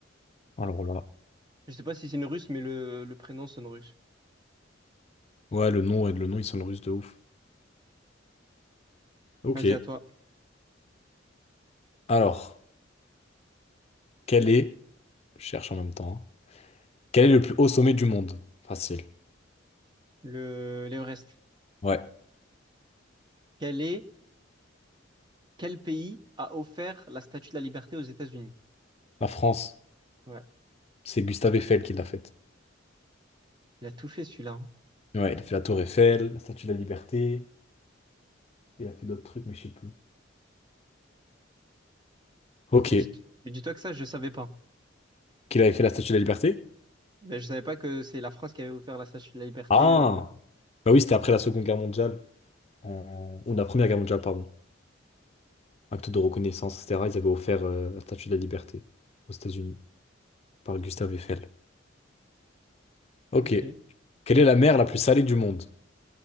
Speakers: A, on the left; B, on the right.
A: Alors là.
B: Je sais pas si c'est une Russe, mais le, le prénom sonne russe.
A: Ouais, le nom, et le nom, ils sont russes de ouf. Ok.
B: Vas-y, à toi.
A: Alors, quel est, je cherche en même temps, hein. Quel est le plus haut sommet du monde? Facile.
B: Le, l'Everest.
A: Ouais.
B: Quel est, quel pays a offert la Statue de la Liberté aux États-Unis?
A: La France,
B: Ouais,
A: c'est Gustave Eiffel qui l'a faite.
B: il a tout fait celui-là. hein.
A: Ouais, il a fait la Tour Eiffel, la Statue de la Liberté, il a fait d'autres trucs, mais je sais plus. Ok.
B: Mais dis, mais dis-toi que ça, je savais pas.
A: Qu'il avait fait la Statue de la Liberté?
B: Ben, je savais pas que c'est la France qui avait offert la Statue de la Liberté.
A: Ah!
B: euh,
A: Bah oui, c'était après la Seconde Guerre mondiale, en- ou la Première Guerre mondiale, pardon. Acte de reconnaissance, etc. Ils avaient offert euh, la Statue de la Liberté aux États-Unis par Gustave Eiffel. Ok.
B: Ok.
A: Quelle est la mer la plus salée du monde?